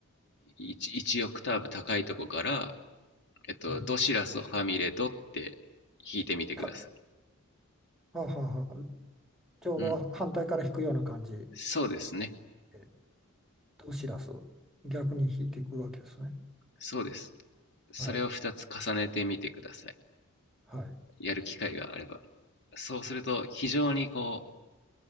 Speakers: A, on the left; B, in the centre.
A: ー、1, オクターブ高いとこから、えっと、
B: はい
A: ドシラソファミレドって弾いてみてください。
B: たはあはあはあちょうど反対から引くような感じ
A: うん、そうですね。
B: で、ドシラスを逆に引いていくわけですね。
A: そうです。それを2つ重ねてみてください。
B: はい。はい。
A: やる機会があれば。そうすると、非常にこ